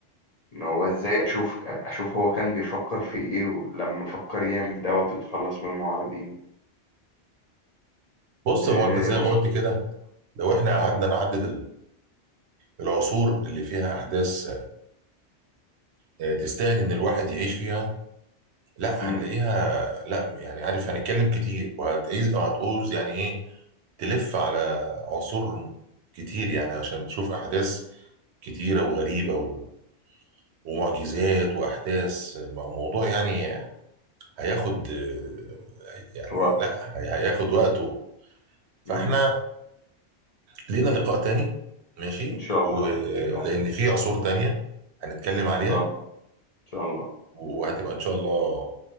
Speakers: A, on the left; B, on the right.
A: إن هو إزاي أشوف أشوف هو كان بيفكر في إيه لما فكر يعمل دوت ويتخلص من المعارضين
B: بص
A: آه،
B: هو انت زي ما قلت كده لو احنا قعدنا
A: إمم،
B: نعدد العصور اللي فيها احداث آه، تستاهل ان الواحد يعيش فيها لا
A: إمم،
B: هنلاقيها لا يعني عارف هنتكلم كتير وهتعيز أو هتعوز يعني ايه تلف على عصور كتير يعني عشان تشوف احداث كتيره وغريبه و... ومعجزات واحداث مو- موضوع يعني هياخد آه، يعني
A: وقت،
B: لا هي- هياخد وقته فاحنا
A: إمم،
B: لينا لقاء تاني ماشي
A: إن شاء
B: ولان
A: الله، إن شاء الله،
B: في عصور تانية هنتكلم عليها
A: إن شاء الله، إن شاء الله،
B: وهتبقى ان شاء الله